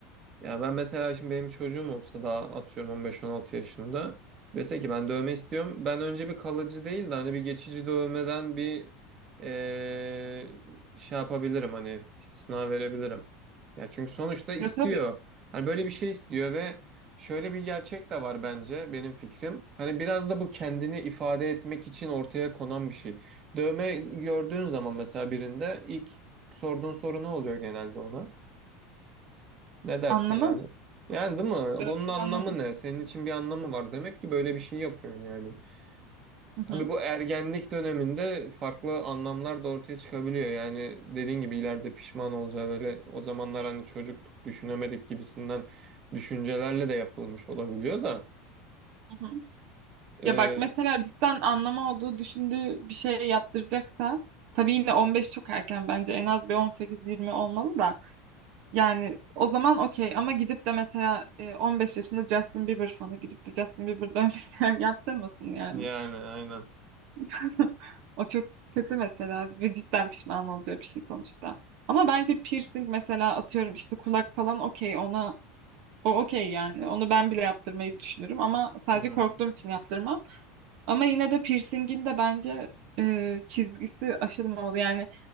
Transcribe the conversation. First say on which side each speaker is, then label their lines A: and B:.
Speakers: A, on the right; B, on the right.
A: Ya ben mesela şimdi benim çocuğum olsa daha atıyorum 15-16 yaşında. Dese ki ben dövme istiyorum. Ben önce bir kalıcı değil de hani bir geçici dövmeden bir eee, şey yapabilirim hani istisna verebilirim. Ya çünkü sonuçta istiyor.
B: Ya tabii
A: Hani böyle bir şey istiyor ve şöyle bir gerçek de var bence benim fikrim. Hani biraz da bu kendini ifade etmek için ortaya konan bir şey. Dövme gördüğün zaman mesela birinde ilk sorduğun soru ne oluyor genelde ona? Ne dersin
B: anlamı,
A: yani? Yani değil mi?
B: dövmenin
A: Bunun anlamı
B: anlamı.
A: ne? Senin için bir anlamı var. Demek ki böyle bir şey yapıyorsun yani.
B: Hı
A: Tabii
B: hı,
A: bu ergenlik döneminde farklı anlamlar da ortaya çıkabiliyor. Yani dediğin gibi ileride pişman olacağı böyle o zamanlar hani çocuktuk düşünemedik gibisinden düşüncelerle de yapılmış olabiliyor da.
B: hı hı.
A: Ee,
B: Ya bak mesela cidden anlamı olduğu düşündüğü bir şey yaptıracaksa Tabii yine 15 çok erken bence. En az bir 18-20 olmalı da. Yani o zaman okey ama gidip de mesela e, 15 yaşında Justin Bieber fanı gidip de Justin Bieber dövmesi <laughs> yaptırmasın yani.
A: yani aynen.
B: <laughs> O çok kötü mesela ve cidden pişman olacağı bir şey sonuçta. Ama bence piercing mesela atıyorum işte kulak falan okey ona o okey yani. Onu ben bile yaptırmayı düşünürüm ama sadece
A: Hı.
B: korktuğum için yaptırmam. Ama yine de piercingin de bence e, çizgisi aşılmamalı. Yani